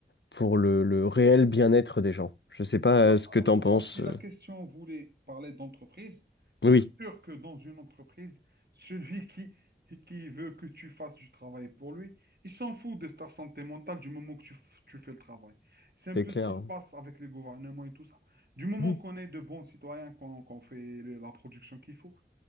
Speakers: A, on the left (about 85°); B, on the right (about 65°).
A: pour le, le réel bien-être des gens. Je sais pas
B: Alors,
A: euh, ce que
B: alors-
A: t'en
B: alors,
A: penses.
B: si
A: euh.
B: la question voulait parler d'entreprise, c'est
A: Oui,
B: sûr que dans une entreprise, celui qui, qui veut que tu fasses du travail pour lui, il s'en fout de ta santé mentale du moment que tu, f- tu fais le travail. C'est un
A: c'est
B: peu
A: clair.
B: ce qui se passe avec les gouvernements et tout ça. Du moment
A: Mhm.
B: qu'on est de bons citoyens, qu'on qu'on fait le- la production qu'il faut,